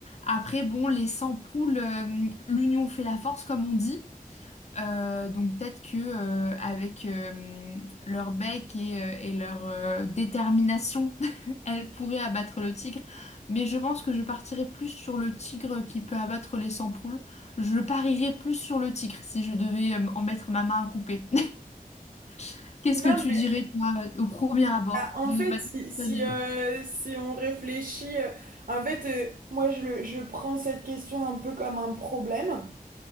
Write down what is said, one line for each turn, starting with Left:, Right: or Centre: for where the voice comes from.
Left: Après, bon, les 100 poules, euh, l'union fait la force, comme on dit. Euh, donc peut-être que euh, avec euh, leur bec et, euh, et leur euh, détermination, <laughs> elles pourraient abattre le tigre. Mais je pense que je partirais plus sur le tigre qui peut abattre les 100 poules. Je parierais plus sur le tigre si je devais euh, en mettre ma main à couper. <laughs> Qu'est-ce que
Right: Non,
Left: tu
Right: mais
Left: dirais toi au premier abord
Right: Bah, en
Left: de
Right: fait,
Left: manière
Right: si, si,
Left: spontanée?
Right: euh, si on réfléchit, euh, en fait, euh, moi, je, le- je prends cette question un peu comme un problème